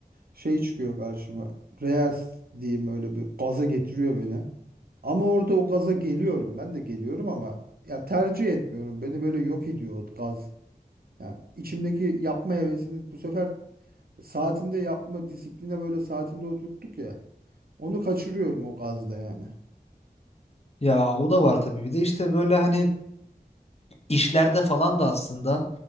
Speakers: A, on the right; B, on the left.
A: şey çıkıyor karşıma. Reels diyeyim öyle bir gaza getiriyor beni. Ama orada o gaza geliyorum. Ben de geliyorum ama ya tercih etmiyorum. Beni böyle yok ediyor o gaz. Ya içimdeki yapma hevesini bu sefer saatinde yapma disipline böyle saatinde oturttuk ya. Onu kaçırıyorum o gazla yani.
B: Ya o da var tabii. Bir de işte böyle hani işlerde falan da aslında